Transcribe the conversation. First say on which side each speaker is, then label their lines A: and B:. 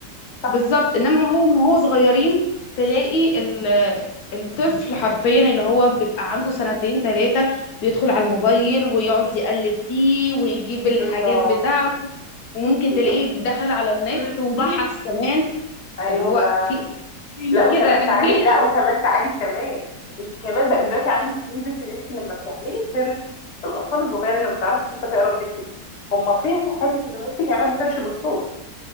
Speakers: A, on the left; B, on the left.
A: صح
B: بالظبط انما ما هو من هو صغيرين تلاقي ال- الطفل حرفيا اللي هو بيبقى عنده سنتين ثلاثة بيدخل على الموبايل ويقعد يقلب فيه ويجيب الحاجات
A: بالظبط
B: بتاعته وممكن
A: بالظبط
B: تلاقيه دخل على النت
A: <coughs> <clears throat>
B: وبحث
A: م-
B: كمان
A: ايوه
B: اللي هو في إيه؟ في إيه؟ مش
A: لا وكمان
B: كده <laughs>
A: تعالي
B: في إيه؟
A: لا وكمان تعالي كمان انت كمان بقى دلوقتي عندك ميزه ان انت لما بتعملي سيرش الاطفال الصغيره اللي ما بتعرفش لسه تقرا وتكتب هم فهموا حته ان ممكن يعملوا سيرش بالصوت